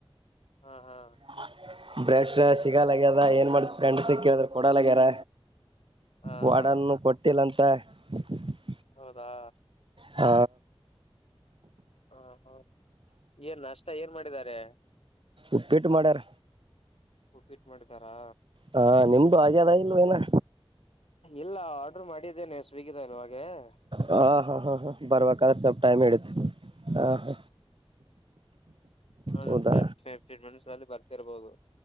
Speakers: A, on the left; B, on the right.
A: ಹಾ ಹಾ
B: ಹ ಬ್ರಷ್ ಸಿಗಲ್ಗ್ಯದ ಏನ್ ಮಾಡ ಫ್ರೆಂಡ್ ಸಿಕ್ಕೇಳಿದ್ರ ಕೊಡಗ್ಯಾರ
A: ಹಾ
B: ವಾಡನ್ನು
A: ಹಾ
B: ಕೊಟ್ಟಿಲ್ಲಂತ ತ್ತೆ
A: ಹೌದಾ
B: ಹ
A: ಹಾ ಹಾ ಏನ್ ನಾಷ್ಟ ಏನ್ ಮಾಡಿದಿದ್ದಾರೆ.
B: ಉಪ್ಪಿಟ್ಟು ಮಾಡ್ಯಾರ.
A: ಫಿಟ್ ಮಾಡಿದಾರಾ
B: ಹಾ ನಿಮ್ದು ಆಗ್ಯದ ಇಲ್ವ ಇನ್ನಾ.
A: ಇಲ್ಲ ಆರ್ಡರ್ ಮಾಡಿದ್ದೇನೆ. <unintelligible>
B: ಹ ಹಾ ಹಾ ಹಾ ಬರ್ಬೇಕಾದ್ರೆ ಸ್ವಲ್ಪ ಟೈಮ್ ಹಿಡಿತು ಹ ಹಾ
A: ಇಷ್ಟರಲ್ಲಿ
B: ಹೌದಾ
A: ಬರ್ತಿರ್ಬಹದು.